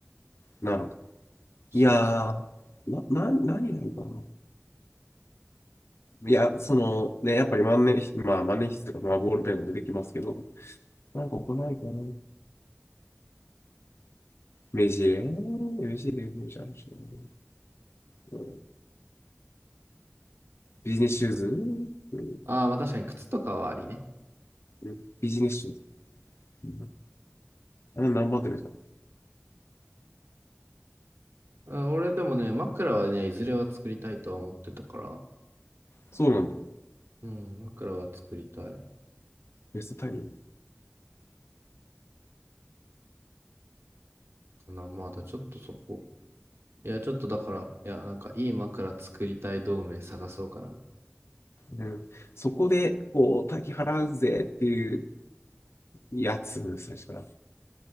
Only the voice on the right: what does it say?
しますね。
ああ、まあ確かに靴とかはありね。
あ俺でもね、枕はね、いずれは作りたいとは思ってたから、
うん、枕は作りたい
かな。まだちょっとそこ。いや、ちょっとだから、いや、なんかいい枕作りたい同盟探そうかな。